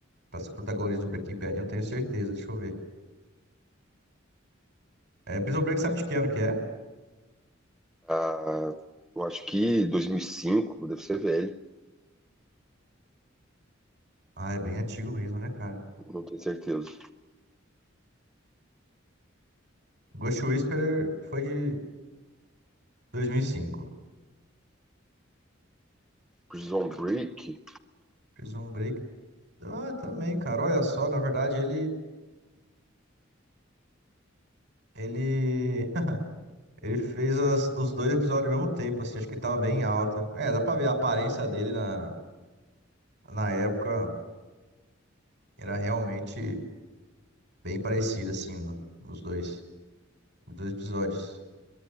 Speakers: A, on the right (about 60°); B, in the centre.
A: pra ser o protagonista do Breaking Bad. Eu Não tenho certeza, deixa eu ver. É, Prison Break sabe de que ano que é?
B: Ah, eu acho que 2005, deve ser velho,
A: Ah, é bem antigo mesmo, né, cara?
B: não tenho certeza.
A: Ghost Whisperer foi de 2005.
B: Prison Break,
A: Prison Break Ah, também, cara. Olha só, na verdade, ele ele <laughs> ele fez as- os dois episódios ao mesmo tempo, assim, acho que tava bem alta. É, dá pra ver a aparência dele na, na época era realmente bem parecida, assim, no- nos dois, nos dois episódios.